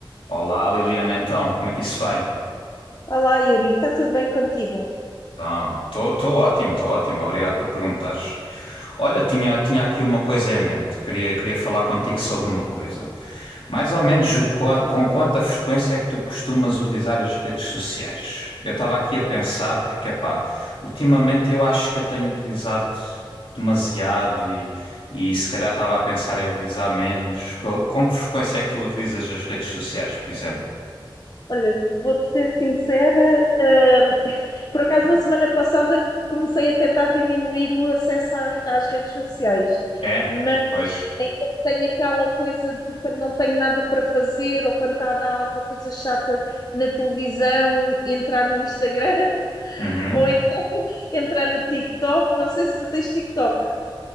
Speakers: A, on the left; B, on the left.
A: Olá, Liliana, então, como é que isso vai?
B: Olá, Yuri, está tudo bem contigo?
A: Então, estou ótimo, estou ótimo, obrigado por perguntares. Olha, tinha, tinha aqui uma coisa em mente, queria, queria falar contigo sobre uma coisa. Mais ou menos o qua- com quanta frequência é que tu costumas utilizar as redes sociais? Eu estava aqui a pensar, porque, pá, ultimamente eu acho que eu tenho utilizado demasiado e, e se calhar estava a pensar em utilizar menos. Co- com que frequência é que tu utilizas as redes sociais, por exemplo?
B: Olha, vou-te ser sincera, ahm, <laughs> por acaso na semana passada comecei a tentar diminuir o acesso à- às redes sociais,
A: É,
B: mas
A: pois.
B: ainda tenho aquela coisa de quando não tenho nada para fazer ou quando está a dar alguma coisa chata na televisão, entrar no Instagram <laughs>
A: Uhum.
B: ou então entrar no TikTok. Não sei se tu tens TikTok.